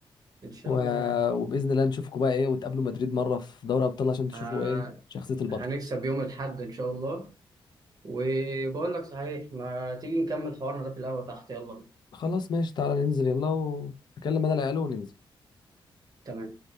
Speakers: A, on the right (about 40°); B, on the left (about 50°).
A: إن شاء
B: و...
A: الله يعني
B: وباذن الله نشوفكم بقى ايه وتقابلوا مدريد مره في دوري ابطال عشان تشوفوا
A: آه...
B: ايه شخصيه البطل
A: هنكسب يوم الأحد إن شاء الله وبقول لك صحيح ما تيجي نكمل حوارنا ده في القهوة تحت يلا
B: خلاص ماشي تعالى ننزل يلا و... اكلم انا العيال وننزل
A: تمام